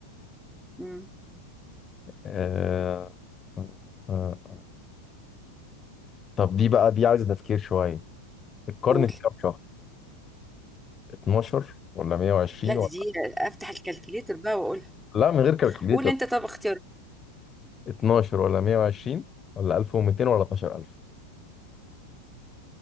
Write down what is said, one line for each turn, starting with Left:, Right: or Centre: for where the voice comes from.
Centre: امم
Left: آه... آه... آه. طب دي بقى دي عايزة تفكير شوية القرن
Centre: قول
Left: فيه كام شهر؟ 12 ولا 120
Centre: لا دي
Left: ولا
Centre: دي افتح الكالكليتر بقى واقولها
Left: لا من غير كالكوليتر
Centre: قول انت طب اختيار
Left: 12 ولا 120 ولا 1200 ولا 12000